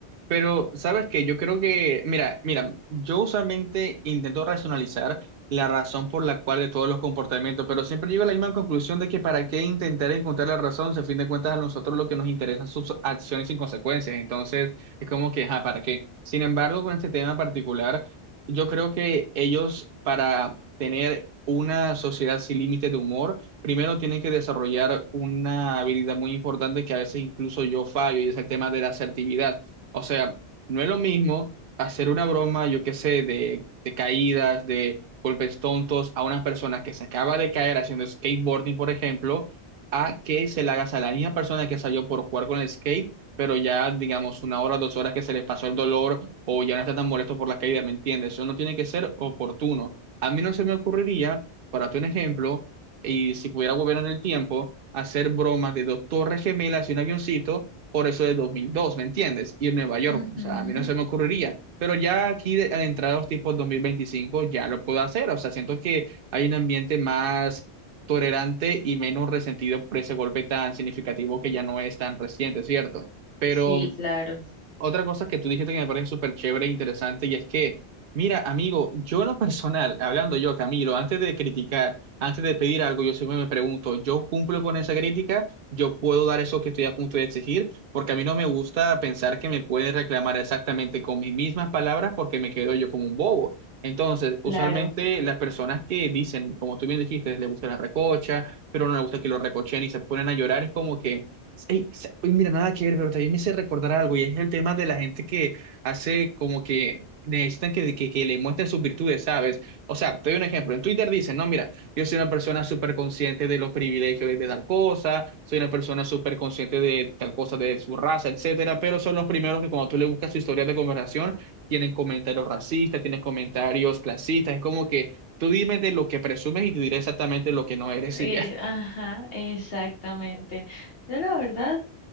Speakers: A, on the right; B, on the left.
A: Pero, ¿sabes qué? Yo creo que, mira, mira, yo usualmente intento racionalizar la razón por la cual de todos los comportamientos, pero siempre llego a la misma conclusión de que para qué intentar encontrar la razón, si a fin de cuentas a nosotros lo que nos interesan son sus acciones y consecuencias, entonces es como que, ajá, ¿para qué? Sin embargo, con este tema en particular, yo creo que ellos para tener una sociedad sin límite de humor, primero tienen que desarrollar una habilidad muy importante que a veces incluso yo fallo y es el tema de la asertividad. O sea, no es lo mismo hacer una broma, yo qué sé, de, de caídas, de golpes tontos a una persona que se acaba de caer haciendo skateboarding, por ejemplo, a que se la hagas a la misma persona que salió por jugar con el skate, pero ya, digamos, una hora, dos horas que se le pasó el dolor o ya no está tan molesto por la caída, ¿me entiendes? Eso no tiene que ser oportuno. A mí no se me ocurriría, para tu ejemplo, y si pudiera volver en el tiempo, hacer bromas de dos torres gemelas y un avioncito por eso de 2002, ¿me entiendes? Y en Nueva York,
B: Ujú.
A: o sea, a mí no se me ocurriría, pero ya aquí de, al entrar a los tipos 2025 ya lo puedo hacer, o sea, siento que hay un ambiente más tolerante y menos resentido por ese golpe tan significativo que ya no es tan reciente, ¿cierto? Pero
B: Sí, claro,
A: otra cosa que tú dijiste que me parece súper chévere e interesante, y es que, mira, amigo, yo en lo personal, hablando yo, Camilo, antes de criticar, antes de pedir algo, yo siempre me pregunto, ¿yo cumplo con esa crítica? ¿Yo puedo dar eso que estoy a punto de exigir? Porque a mí no me gusta pensar que me pueden reclamar exactamente con mis mismas palabras porque me quedo yo como un bobo. Entonces,
B: claro.
A: usualmente las personas que dicen, como tú bien dijiste, les gusta la recocha, pero no les gusta que lo recochen y se ponen a llorar, es como que... Ey, sa- uy, mira, nada que ver, pero también me hice recordar algo y es el tema de la gente que hace como que necesitan que, que, que le muestren sus virtudes, ¿sabes? O sea, te doy un ejemplo. En Twitter dicen, no, mira, yo soy una persona súper consciente de los privilegios de tal cosa, soy una persona súper consciente de tal cosa, de su raza, etcétera, pero son los primeros que cuando tú le buscas su historia de conversación, tienen comentarios racistas, tienen comentarios clasistas, es como que tú dime de lo que presumes y te diré exactamente lo que no eres
B: Eh,
A: y ya.
B: ajá, exactamente. Yo la verdad.